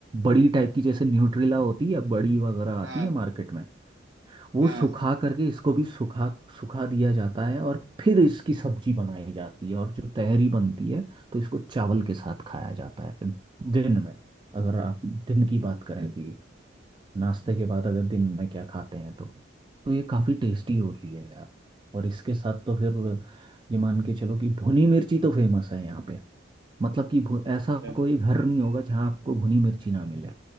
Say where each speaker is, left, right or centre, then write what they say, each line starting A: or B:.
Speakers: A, on the right; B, on the right.
A: बड़ी टाइप की जैसे न्यूट्रिला होती है बड़ी वगैरह आती
B: हाँ
A: है मार्केट में वो
B: हाँ
A: सुखा करके इसको भी सुखा सुखा दिया जाता है और फिर इसकी सब्जी बनाई जाती है और जो तहरी बनती है तो इसको चावल के साथ खाया जाता है दिन में अगर आप दिन की बात करें कि नाश्ते के बाद अगर दिन में क्या खाते हैं तो तो ये काफ़ी टेस्टी होती है यार और इसके साथ तो फिर ये मान के चलो कि भुनी मिर्ची तो फेमस है यहाँ पे मतलब कि भु- ऐसा
B: हाँ
A: कोई घर नहीं होगा जहाँ आपको भुनी मिर्ची ना मिले